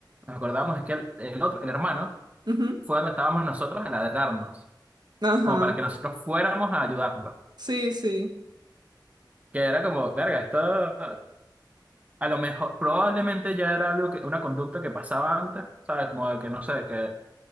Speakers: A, on the right; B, on the right.
A: acordamos es que el, el otro, el hermano,
B: Ujú.
A: fue donde estábamos nosotros a ladrarnos,
B: Ajá.
A: como para que nosotros fuéramos a ayudarlo.
B: Sí, sí.
A: Que era como, verga, esto A lo mejor, probablemente ya era algo que, una conducta que pasaba antes, ¿sabes? Como de que no sé, que,